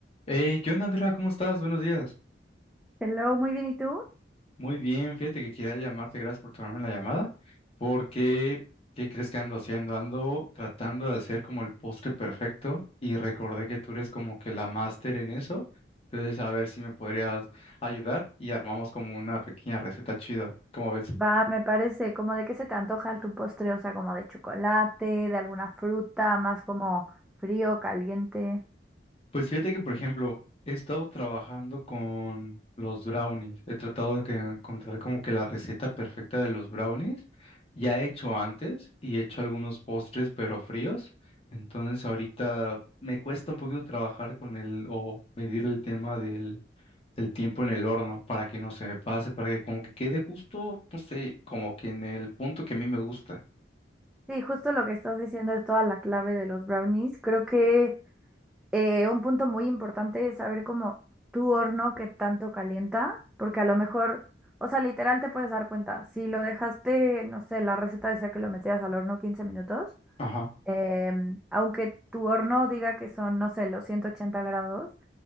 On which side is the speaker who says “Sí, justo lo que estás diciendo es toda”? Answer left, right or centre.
Centre